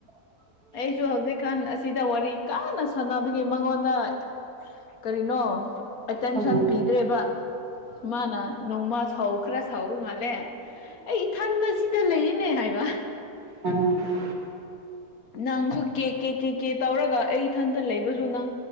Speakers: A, on the left; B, on the right.
A: ꯑꯩꯁꯨ ꯍꯧꯖꯤꯛꯀꯥꯟ ꯑꯁꯤꯗ ꯋꯥꯔꯤ ꯀꯥꯟꯅ ꯁꯥꯟꯅꯕꯒꯤ ꯃꯉꯣꯟꯗ ꯀꯔꯤꯅꯣ ꯑꯦꯇꯦꯟꯁꯟ
B: ꯑꯥ ꯑꯥ
A: ꯄꯤꯗ꯭ꯔꯦꯕ ꯃꯥꯅ ꯅꯣꯡꯃ ꯁꯥꯎꯈ꯭ꯔꯥ ꯁꯥꯎꯕ ꯃꯥꯂꯦ ꯑꯩ ꯊꯥꯟꯗ ꯁꯤꯗ ꯂꯩꯔꯤꯅꯦ ꯍꯥꯏꯕ
B: ꯎꯝ <inaudible>
A: ꯅꯪꯁꯨ ꯀꯦ ꯀꯦ ꯀꯦ ꯀꯦ ꯇꯧꯔꯒ ꯑꯩ ꯏꯊꯟꯇ ꯂꯩꯕꯁꯨ ꯅꯪ